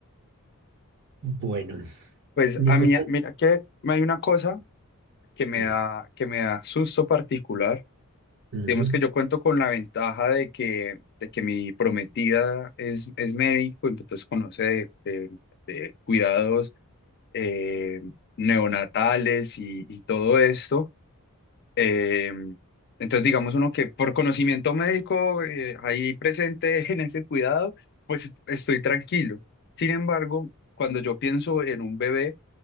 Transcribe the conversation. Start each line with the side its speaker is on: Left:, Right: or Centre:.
Right: Bueno,
Left: Pues
Right: Nicolás,
Left: a mí, mira que hay una cosa que me
Right: sí,
Left: da, que me da susto particular.
Right: ujú.
Left: Digamos que yo cuento con la ventaja de que, de que mi prometida es, es médico, entonces conoce de, de- de cuidados eh, neonatales y, y todo esto. Eh, entonces, digamos uno que por conocimiento médico eh, ahí presente <laughs> en ese cuidado, pues estoy tranquilo. Sin embargo, cuando yo pienso en un bebé,